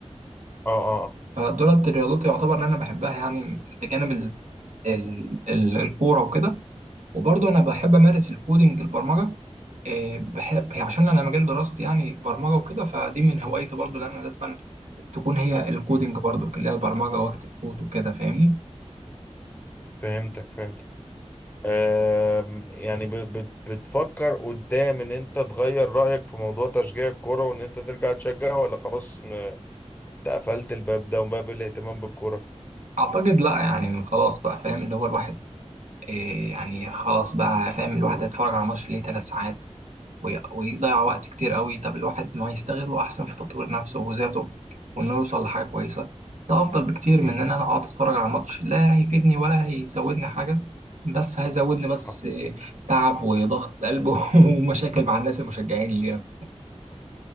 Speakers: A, on the left (about 15°); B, on the right (about 90°).
A: اه اه
B: فدولت الرياضات يعتبر ان انا بحبها يعني بجانب ال... ال... ال... الكورة وكده وبرضه انا بحب امارس
A: م-
B: الكودينج البرمجة آه، بحب هي عشان انا مجال دراستي يعني برمجة وكده فدي من هوايتي برضه اللي انا لازم تكون هي الكودينج
A: م.
B: برضه اللي هي البرمجة واكتب كود وكده فاهمني
A: فهمتك فهمتك آم، يعني ب- بت- بتفكر قدام ان انت تغير رأيك في موضوع تشجيع الكرة وان انت ترجع تشجع ولا خلاص م- تقفلت الباب ده وباب الاهتمام بالكرة
B: اعتقد لا يعني خلاص بقى فاهم اللي هو الواحد آه، يعني خلاص بقى فاهم الواحد هيتفرج على ماتش ليه ثلاث ساعات وي- ويضيع وقت كتير قوي طب الواحد ما يستغله احسن في تطوير نفسه وذاته وانه يوصل لحاجه كويسه ده افضل بكتير
A: م،
B: من ان انا اقعد اتفرج على ماتش لا هيفيدني ولا هيزودني حاجه بس هيزودني بس
A: صح
B: إيه، تعب وضغط قلب <laughs> ومشاكل مع الناس المشجعين اللي جنبي.